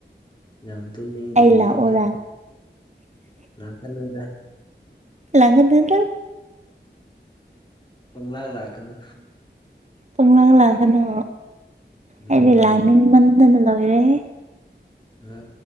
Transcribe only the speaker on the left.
ꯌꯥꯝ ꯇꯨꯝꯅꯤꯡꯗ꯭ꯔꯤꯌꯦ
ꯅꯥꯀꯜꯂꯣꯗ
ꯄꯪꯂꯥ ꯂꯥꯛꯀꯅꯨ
ꯎꯝ
ꯍꯌꯦꯡ
ꯅ